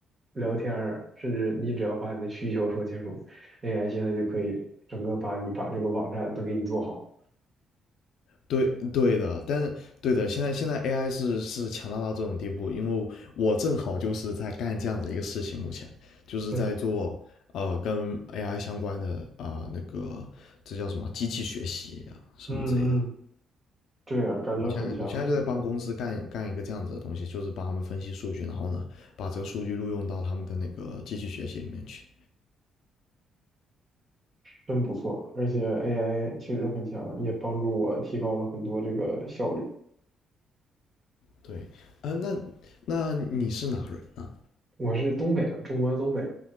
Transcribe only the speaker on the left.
对对的，但是对的，现在现在 AI 是是强大到这种地步，因为我正好就是在干这样子一个事情，目前就是在做呃跟
AI 相关的啊、呃那个这叫什么机器学习啊什么之类的。
我现在我现在就在帮公司干干一个这样子的东西，就是帮他们分析数据，然后呢把这个数据录用到他们的那个机器学习里面去。
对，啊、那那你是哪人呢？